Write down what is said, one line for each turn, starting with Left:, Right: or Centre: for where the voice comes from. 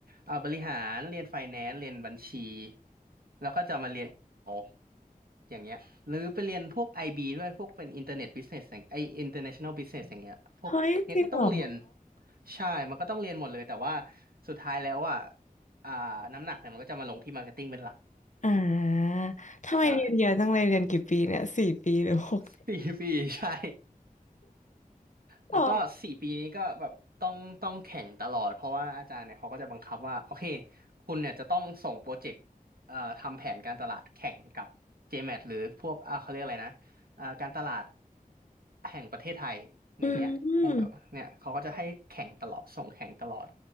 Right: อ่าบริหารเรียน Finance เรียนบัญชีแล้วก็จะมาเรียนเอาอย่างเงี้ยหรือไปเรียนพวกไอบีด้วยพวกเป็น Internet Business อย่างไอ International Business อย่างเงี้ยพวกเนี้ยก็ต้องเรียน
Left: เฮ้ยจริงเหรอ
Right: ใช่มันก็ต้องเรียนหมดเลยแต่ว่าสุดท้ายแล้วอ่ะอ่าน้ำหนักเนี่ยมันก็จะมาลงที่ Marketing เป็นหลัก
Left: อ่า ทำไมเรียนเยอะจังเลยเรียนกี่ปีเนี่ยสี่ปีหรือหกปี
Right: ใช่ <laughs> สี่ปีใช่แล้วก็สี่ปีนี้ก็แบบต้องต้องแข่งตลอดเพราะว่าอาจารย์เนี่ยเขาก็จะบังคับว่าโอเค
Left: อ๋อ
Right: คุณเนี่ยจะต้องส่งโปรเจกต์เอ่อทำแผนการตลาดแข่งกับ JMAT หรือพวกอ่าเขาเรียกอะไรนะเอ่อการตลาดแห่งประเทศไทยอย่างเงี้ยองค์กรเนี่ยเขาก็จะให้แข่งตลอดส่งแข่งตลอด
Left: อืม